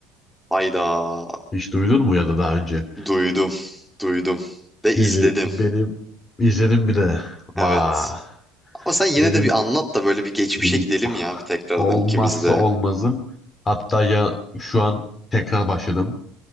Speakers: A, in the centre; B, on the left.
A: Hayda.
B: Hiç duydun mu ya da daha önce?
A: Duydum. Duydum. Ve izledim.
B: Dizi benim izledim bir de. Vay.
A: Evet. Ama sen yine
B: Benim
A: de bir anlat da böyle bir geçmişe
B: Benim
A: gidelim
B: ah,
A: ya bir tekrardan
B: olmazsa
A: ikimiz de.
B: olmazım. Hatta ya şu an tekrar başladım.